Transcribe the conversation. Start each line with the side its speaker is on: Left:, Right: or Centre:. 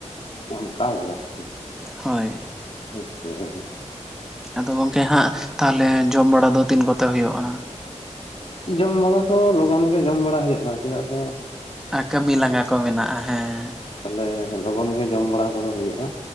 Left: ᱚᱱᱠᱟ ᱜᱮ ᱟᱨᱠᱤ ᱾
Centre: ᱦᱳᱭ᱾
Left: <inaudible>
Centre: ᱟᱫᱚ ᱜᱚᱝᱠᱮ ᱦᱟᱸᱜ ᱛᱟᱦᱞᱮ ᱡᱚᱢ ᱵᱟᱲᱟ ᱫᱚ ᱛᱤᱱ ᱠᱚᱛᱮ ᱦᱩᱭᱩᱜᱼᱟ?
Left: ᱡᱚᱢ ᱵᱟᱲᱟ ᱫᱚ ᱞᱚᱜᱚᱱ ᱜᱮ ᱡᱚᱢ ᱵᱟᱲᱟ ᱦᱩᱭᱩᱜᱼᱟ ᱪᱮᱫᱟᱜ ᱥᱮᱼᱼ
Centre: ᱟ ᱠᱟᱹᱢᱤ ᱞᱟᱸᱜᱟ ᱠᱚ ᱢᱮᱱᱟᱜᱼᱟ ᱦᱮᱸ
Left: ᱛᱟᱦᱞᱮ ᱞᱚᱜᱚᱱ ᱜᱮ ᱡᱚᱢ ᱵᱟᱲᱟ ᱠᱚᱫᱚ ᱦᱩᱭᱩᱜᱼᱟ᱾